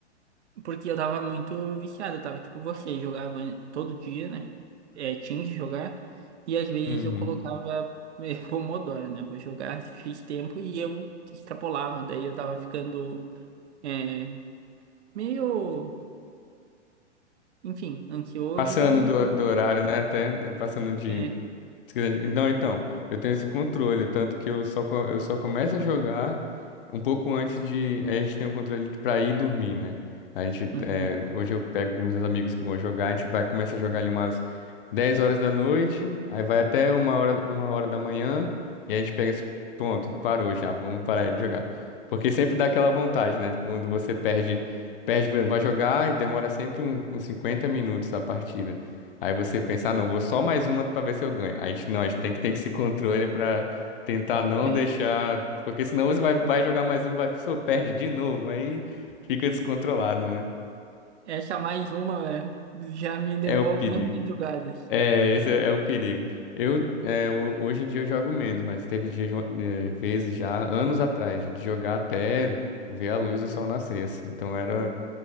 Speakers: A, on the right (about 65°); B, on the left (about 50°).
A: Porque eu tava muito viciado, eu tava tipo você, jogava todo dia, né? É, tinha que jogar. E às vezes
B: Uhum.
A: eu colocava é, <laughs> Pomodoro, né? Vou jogar X tempo e eu extrapolava. Daí eu tava ficando é, meio, enfim, ansioso
B: Passando
A: e.
B: do, do horário, né? Até é, passando de.
A: É,
B: Se quiser- Não, então, eu tenho esse controle, tanto que eu só, co- eu só começo a jogar um pouco antes de. A gente tem um controle de- pra ir dormir, né? A gente,
A: <laughs> uhum,
B: é, hoje eu pego uns amigos que vão jogar, a gente vai começa a jogar ali umas 10 horas da noite, aí vai até uma hora, uma hora da manhã, e aí a gente pega esse pronto parou já, vamos parar de jogar. Porque sempre dá aquela vontade, né? Quando você perde, perde, por exemplo, vai jogar e demora sempre um- uns 50 minutos a partida. Aí você pensa, ah, não, vou só mais uma pra ver se eu ganho. A gente não, a gente tem que ter esse controle pra tentar não
A: é.
B: deixar. Porque senão você vai, vai jogar mais uma e vai, pô, perde de novo. Aí fica descontrolado, né?
A: Essa mais uma é, já me levou
B: É o perigo.
A: algumas madrugadas.
B: É, esse é o perigo. Eu, é, ho- hoje em dia eu jogo menos, mas teve dia, jo- eh, vezes já, anos atrás, de jogar até ver a luz do sol nascer, assim. Então era.